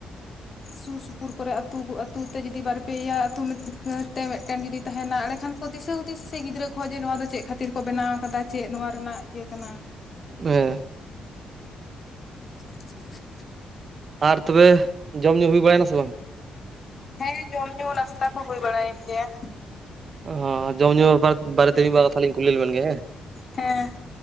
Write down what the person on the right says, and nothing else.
ᱵᱮᱸ
ᱟᱨ ᱛᱚᱵᱮ ᱡᱚᱢ ᱧᱩ ᱦᱩᱭ ᱵᱟᱲᱟᱭᱱᱟ ᱥᱮ ᱵᱟᱝ?
ᱟ ᱡᱚᱢ ᱧᱩ ᱵᱮᱯᱟᱨ ᱵᱟᱨᱮ ᱛᱮ ᱢᱤᱫ ᱵᱟᱨ ᱠᱟᱛᱷᱟ ᱞᱤᱧ ᱠᱩᱞᱤ ᱞᱮᱵᱮᱱ ᱜᱮ ᱦᱮᱸ ᱾